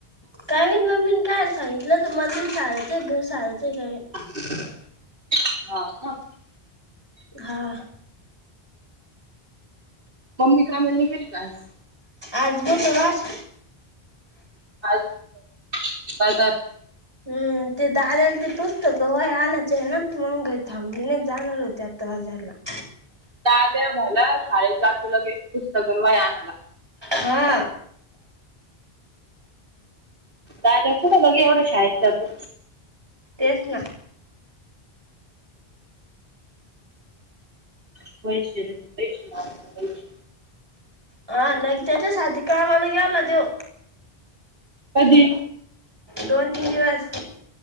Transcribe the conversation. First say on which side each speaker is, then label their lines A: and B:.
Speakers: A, on the right (about 25°); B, on the right (about 60°).
A: काय माहित मम्मीन काय सांगितलं तुम्हाला साराचंय घर साराचं आहे काय?
B: हा का.
A: हा.
B: मम्मी कामाला नाही गेली का आज?
A: आज बुधवार
B: आज, <unintelligible>
A: हम्म ते दादला ते पुस्तक वह्या आणायचे आहे ना म्हणून घ थांबली नाय जाणार होते आत्ता बाजाराला.
B: दाद्या भला शाळेत जातू लगेच पुस्तक न वया आणायला.
A: हा.
B: दादा कुठ बघे एवढं शाळेत जातो.
A: तेच ना.
B: <unintelligible>
A: हा लाईक त्याच्यासाठी कामाला गेला त्यो.
B: कधी?
A: दोन तीन दिवस.